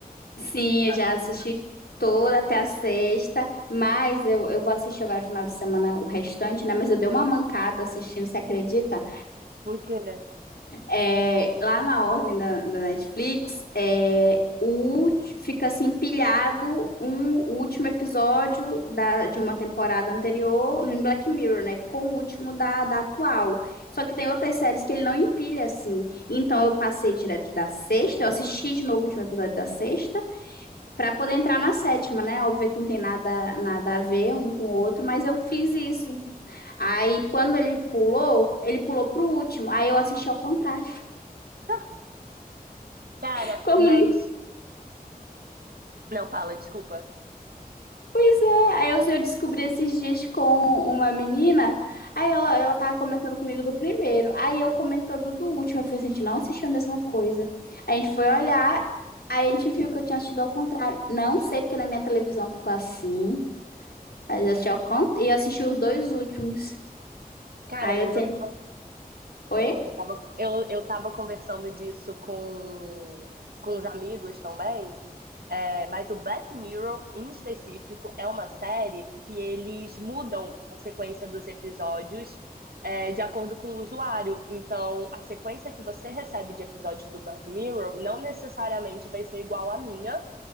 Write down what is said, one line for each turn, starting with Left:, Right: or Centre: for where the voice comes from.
Left: Sim,
Right: Ah,
Left: eu já assisti toda até a sexta, mas eu, eu vou assistir agora final de semana o restante, né? Mas eu dei uma mancada assistindo, você acredita?
Right: Por quê, né?
Left: É, lá na ordem da, da Netflix, é, o, ulti- fica assim empilhado um o último episódio da, de uma temporada anterior no em Black Mirror, né? Com o último da, da atual. Só que tem outras séries que ele não empilha assim. Então eu passei direto da sexta, eu assisti de novo o último episódio da sexta, para poder entrar na sétima, né? Óbvio que não tem nada, nada a ver um com o outro, mas eu fiz isso. Aí quando ele pulou, ele pulou pro último. Aí eu assisti ao contrário.
Right: Ah, Cara,
Left: <laughs> Como
Right: mas. Não, fala, desculpa.
Left: Pois é, aí eu, eu descobri esses dias com uma menina, aí ela, ela tava comentando comigo do primeiro, aí eu comentando do último, eu falei assim, a gente não assistiu a mesma coisa. Aí a gente foi olhar, aí a gente viu que eu tinha assistido ao contrário. Não sei porque na minha televisão ficou assim, mas eu assisti ao contrário, e eu assisti os dois últimos.
Right: Cara,
Left: Aí
Right: mas
Left: eu tenho,
Right: eu tava,
Left: oi?
Right: eu tava, eu, eu tava conversando disso com, com os amigos também. É, mas o Black Mirror, em específico, é uma série que eles mudam a sequência dos episódios é, de acordo com o usuário. Então, a sequência que você recebe de episódios do Black Mirror não necessariamente vai ser igual à minha.